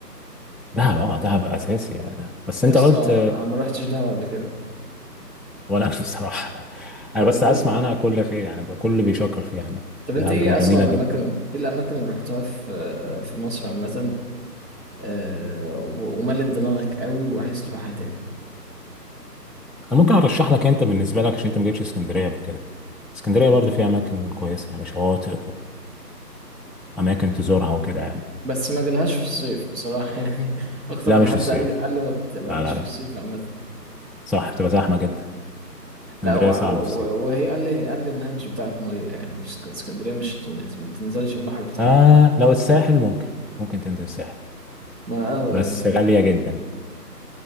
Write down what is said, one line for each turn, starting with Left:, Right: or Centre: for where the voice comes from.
Centre: دهب اه دهب اساسي يعني. بس
Right: يا
Centre: انت
Right: اسطى
Centre: قلت
Right: انا ما روحتش دهب قبل كده
Centre: ولا انا بصراحه <laughs>
Right: والله
Centre: انا بس اسمع عنها كل خير يعني بقى كل بيشكر فيها يعني
Right: طب
Centre: دهب
Right: انت ايه
Centre: ج- جميله
Right: اصلا الاماكن
Centre: جدا
Right: ايه الاماكن اللي رحتها في آه، في مصر عامة آه، و- وملت دماغك قوي وعايز تروحها تاني
Centre: انا ممكن ارشح لك انت بالنسبه لك عشان انت ما جيتش اسكندريه قبل كده اسكندريه برضه فيها اماكن كويسه يعني شواطئ واماكن تزورها وكده يعني
Right: بس ما جالهاش في الصيف بصراحة <laughs> يعني أكتر
Centre: لا
Right: من
Centre: مش
Right: حد
Centre: في الصيف
Right: قال لي قال لي ما ت- ما تجيش
Centre: لا لا
Right: في
Centre: لا
Right: الصيف عامة
Centre: صح بتبقى زحمه جدا اسكندريه
Right: لا و- و-
Centre: صعبه في الصيف
Right: و- وهي قال لي قال لي إنها مش بتاعة مية يعني مش اسك- اسكندرية مش ما ت- ما تنزلش البحر بتاعها
Centre: آه لو الساحل ممكن ممكن تنزل الساحل
Right: ما أوي
Centre: بس
Right: يعني أنا
Centre: غاليه جدا